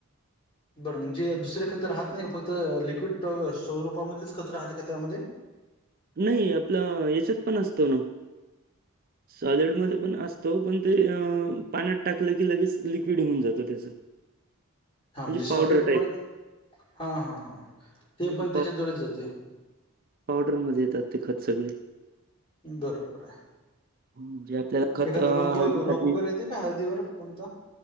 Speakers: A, on the left (about 25°); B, on the right (about 40°).
A: बरं म्हणजे दुसर खतं राहत नाही का, फक्त लिक्विड स्वरूपामध्येच खतं राहते का त्यामध्ये,
B: नाही आपलं हेच्यात पण असतो ना. सॉलिडमध्ये पण असतो, पण ते पाण्यात टाकलं की लगेच लिक्विड होऊन जातो त्याचं. <inaudible>
A: हां म्हणजे सॉलीड
B: पावडर टाइप
A: पण, हा हा हा, ते
B: हं,
A: पण त्याच्याद्वारेच जाते.
B: रम मध्ये येतात ते खत सगळे.
A: बरोबर आहे.
B: म्हणजे आपल्याला खत
A: एखाद
B: अ,
A: रोग..
B: हळदीसाठी
A: रोग वेगर येते का हळदीवर कोणत?